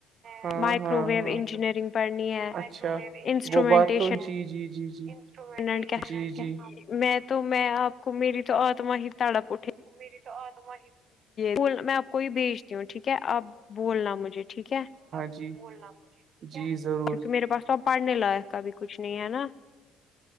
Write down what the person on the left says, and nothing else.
مائکرو
ویو
انجینئرنگ پڑھنی ہے
انسٹرومینٹیشن
اینڈ کیا
میں تو میں آپ کو میری تو آتما ہی تڑاپ اٹھے
ب میں آپ کو یہ بھیجتی ہوں ٹھیک ہے آپ بولنا مجھے ٹھیک ہے
کیونکہ میرے پاس تو اب پڑھنے لائق کاب کچھ نہیں ہے نا